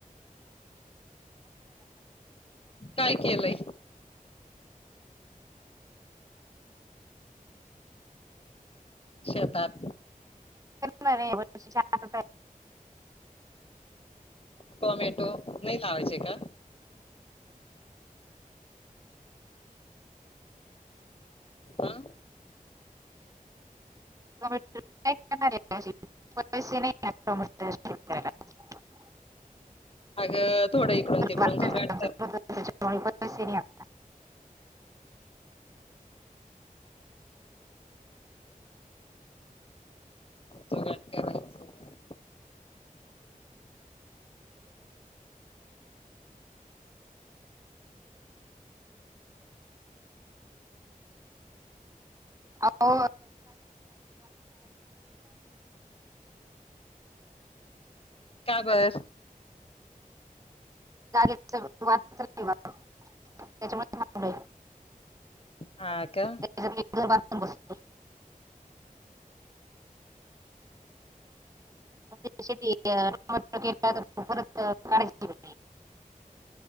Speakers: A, on the left; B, on the right.
A: काय केलं शेतात
B: करणार आहे.
A: टोमॅटो नाहीय नावेचे का ह
B: णार नाहीला
A: अगं थोडं इकडून
B: घर
A: तिकडून
B: बांधायचं
A: सु काट
B: काम चालू होतं त्याच्यामुळे पैसे नाही आता.
A: जुगाड करायचं
B: होां
A: का बर
B: जागेचं वाद चाललंय वाद. त्याच्यामुळे थांबलोय
A: ह का
B: त्याच्यात मी घर बांधून बसतो े के तर परत काढायची